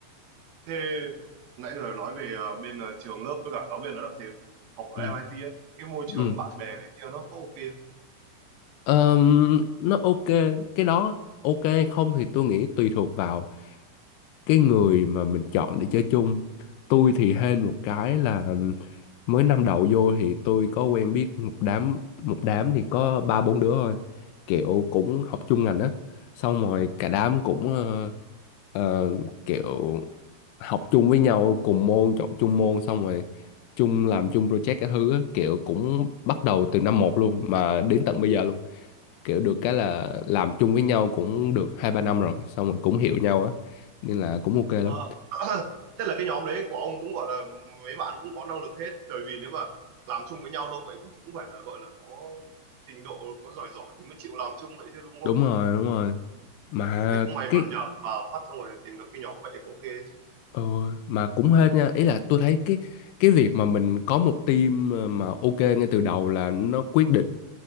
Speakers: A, on the right (about 70°); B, on the left (about 80°).
A: thế nãy giờ nói về ờ, bên ờ, trường lớp với cả giáo viên nó đó thì học
B: ừ.
A: ở em MIT ấy, cái môi trường
B: Ừ.
A: bạn bè này kia nó có ok không?
B: Ờm, nó ok cái đó ok không thì tôi nghĩ tùy thuộc vào cái người mà mình chọn để chơi chung tôi thì hên một cái là mới năm đầu vô thì tôi có quen biết một đám một đám thì có ba bốn đứa thôi kiểu cũng học chung ngành á xong rồi cả đám cũng ờ, ờ, kiểu học chung với nhau cùng môn chọn chung môn xong rồi chung làm chung project cái thứ á, kiểu cũng bắt đầu từ năm một luôn mà đến tận bây giờ luôn kiểu được cái là làm chung với nhau cũng được hai ba năm rồi xong rồi cũng hiểu nhau á nên là cũng ok lắm
A: Ờ, <coughs> <clears throat> thế là cái nhóm đấy của ông cũng gọi là mấy bạn cũng có năng lực hết, bởi vì nếu mà làm chung với nhau lâu vậy thì cũng phải là gọi là có trình độ, có giỏi giỏi thì mới chịu làm chung vậy chứ đúng không?
B: đúng rồi đúng rồi mà
A: Thế cũng may
B: cái
A: mắn nhờ vào phát xong rồi tìm được cái nhóm vậy thì ok đấy chứ.
B: ừ, mà cũng hên nha ý là tôi thấy cái cái việc mà mình có một team ờ, mà ok ngay từ đầu là nó quyết định